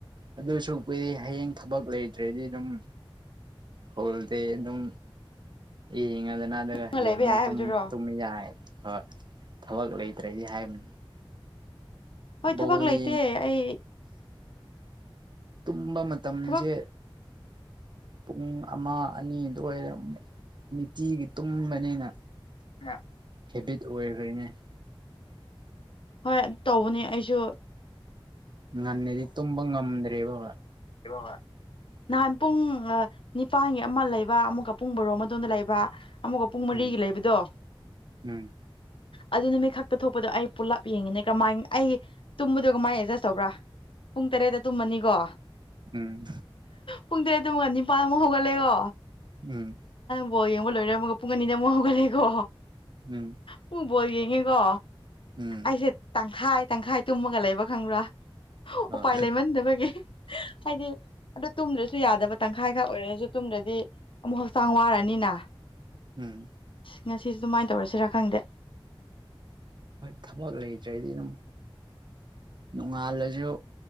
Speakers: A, on the right (about 55°); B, on the left (about 70°).
A: ꯑꯗꯨꯁꯨ ꯀꯨꯗꯤ ꯍꯌꯦꯡ ꯊꯕꯛ ꯂꯩꯇ꯭ꯔꯗꯤ ꯑꯗꯨꯝ ꯍꯣꯜꯗꯤ ꯑꯗꯨꯝ ꯌꯦꯡꯉꯗꯅ ꯑꯗꯨꯒ
B: ꯒ
A: ꯍꯌꯦꯡꯃꯨꯛ
B: ꯂꯩꯕ ꯌꯥꯏ ꯍꯥꯏꯕꯗꯨꯔꯣ
A: ꯇꯨꯝ ꯌꯥꯏ ꯍ ꯊꯕꯛ ꯂꯩꯇ꯭ꯔꯗꯤ ꯍꯥꯏꯕꯅꯤ
B: ꯍꯣꯏ ꯊꯕꯛ
A: ꯣꯔꯤ
B: ꯂꯩꯇꯦ ꯑꯩ
A: ꯇꯝꯕ ꯃꯇꯝꯁꯦ
B: ꯊꯕꯛ
A: ꯄꯨꯡ ꯑꯃ ꯑꯅꯤ ꯑꯗꯨꯋꯥꯏꯗ ꯅꯨꯡꯇꯤꯒꯤ ꯇꯨꯝꯕꯅꯤꯅ
B: ꯍꯥ
A: ꯍꯦꯕꯤꯠ ꯑꯣꯏꯈ꯭ꯔꯦꯅꯦ
B: ꯍꯣꯏ ꯇꯧꯕꯅꯦ ꯑꯩꯁꯨ
A: ꯉꯟꯅꯦꯗꯤ ꯇꯨꯝꯕ ꯉꯝꯗ꯭ꯔꯦꯕ
B: ꯍꯕꯕ ꯅꯍꯥꯟ ꯄꯨꯡ ꯅꯤꯄꯥꯟꯒꯤ ꯑꯃ ꯂꯩꯕ ꯑꯃꯛꯒ ꯄꯨꯡ ꯔꯣꯝ ꯑꯗꯨꯗꯣꯝꯗ ꯂꯩꯕ ꯑꯃꯨꯛꯀ ꯄꯨꯡ ꯃꯔꯤꯒꯤ
A: ꯎꯝ
B: ꯂꯩꯕꯗꯣ
A: ꯎꯝ
B: ꯑꯗꯨ ꯅꯨꯃꯤꯠ ꯈꯛꯇ ꯊꯣꯛꯄꯗꯣ ꯑꯩ ꯄꯨꯜꯂꯞ ꯌꯦꯡꯉꯤꯅꯦ ꯀꯃꯥꯏ ꯑꯩꯒꯤ ꯇꯨꯝꯕꯗꯣ ꯀꯃꯥꯏꯅ ꯑꯦꯗꯖꯁ ꯇꯧꯕ꯭ꯔꯥ ꯄꯨꯡ ꯇꯔꯦꯠꯇ ꯇꯨꯝꯃꯅꯤꯀꯣ
A: ꯎꯝ
B: ꯄꯨꯡ ꯇꯔꯦꯠꯨꯛꯒ ꯅꯤꯄꯥꯟꯃꯨꯛ ꯍꯧꯒꯠꯂꯦꯀꯣ
A: ꯎꯝ
B: ꯑꯣꯕꯣ ꯌꯦꯡꯕ ꯂꯣꯏꯔꯝꯃꯒ ꯄꯨꯡ ꯑꯅꯤ ꯑꯃꯨꯛ ꯍꯧꯒꯠꯂꯦꯀꯣ
A: ꯎꯝ
B: ꯄꯨꯡ ꯕꯣꯜ ꯌꯦꯡꯉꯦꯀꯣ
A: ꯎꯝ
B: ꯑꯩꯁꯦ ꯇꯪꯈꯥꯏ ꯇꯪꯈꯥꯏ ꯇꯨꯝꯃꯒ ꯂꯩꯕ ꯈꯪꯕ꯭ꯔꯥ
A: ꯍꯣꯏ
B: ꯎꯄꯥꯏ ꯂꯩꯃꯟꯗꯕꯒꯤ ꯍꯥꯏꯗꯤ ꯑꯗꯨ ꯇꯨꯝꯗ꯭ꯔꯁꯨ ꯌꯥꯗꯕ ꯇꯪꯈꯥꯏ ꯈꯛ ꯑꯣꯏꯔꯁꯨ ꯇꯨꯝꯗ꯭ꯔꯗꯤ ꯑꯃꯨꯛ ꯍꯛꯆꯥꯡ ꯋꯥꯔꯅꯤꯅ
A: ꯎꯝ
B: ꯉꯁꯤꯁ ꯑꯗꯨꯃꯥꯏꯅ ꯇꯧꯔꯁꯤꯔꯥ ꯈꯪꯗꯦ
A: ꯍꯣꯏ ꯊꯕꯛ ꯂꯩꯇ꯭ꯔꯦꯗꯤ ꯑꯗꯨꯝ ꯅꯣꯡꯉꯥꯜꯂꯁꯨ